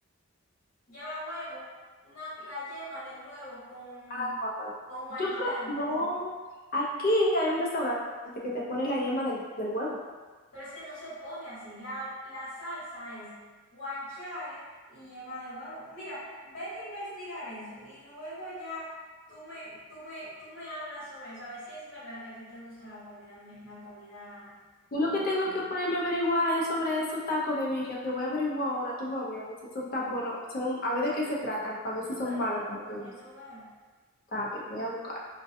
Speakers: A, on the left; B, on the left.
A: lleva huevo, una, la yema del huevo con,
B: Ah, guacala.
A: con guanciale.
B: Yo creo, no, aquí hay un restaurante que te pone la yema del, del huevo.
A: Pero es que no se pone así. La, la salsa es guanciale y yema de huevo. Mira, vete a investigar eso y luego ya tú me, tú me, tú me hablas sobre eso. A ver si es verdad que a ti te gusta la comida, me- la comida
B: Yo
A: eh,
B: lo que
A: italiana.
B: tengo que ponerme a averiguar es sobre esos tacos de birria que voy a averiguar ahora, tú vas a ver, a ver si son tan buenos, son, a ver de qué se tratan, para ver
A: Búscalo
B: si son malos como
A: para
B: tú
A: que
B: dices.
A: tú veas.
B: Está bien, voy a buscar.